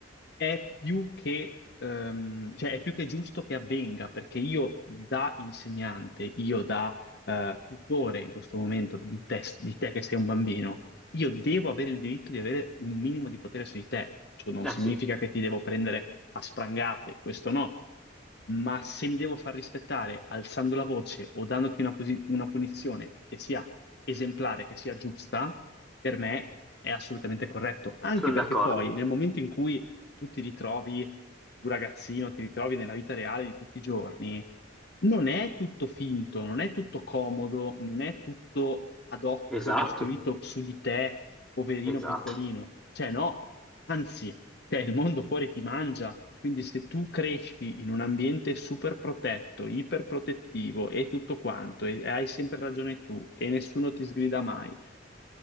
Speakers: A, on the left; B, in the centre.
A: è più che, ehm, cioè è più che giusto che avvenga, perché io da insegnante, io da eh, tutore in questo momento di te, di te che sei un bambino, io devo avere il diritto di avere un minimo di potere su di te. Ciò non
B: Eh
A: significa
B: sì,
A: che ti devo prendere a sprangate, questo no. Ma se mi devo far rispettare alzando la voce o dandoti una, posi- una punizione che sia esemplare, che sia giusta, per me è assolutamente corretto. Anche
B: sono
A: perché
B: d'accordo.
A: poi nel momento in cui tu ti ritrovi, un ragazzino, ti ritrovi nella vita reale di tutti i giorni, non è tutto finto, non è tutto comodo, non è tutto ad hoc
B: Esatto,
A: costruito su di te, poverino
B: esatto.
A: piccolino. Cioè, no, anzi, cioè, il mondo fuori ti mangia. Quindi se tu cresci in un ambiente super protetto, iperprotettivo e tutto quanto, e hai sempre ragione tu, e nessuno ti sgrida mai,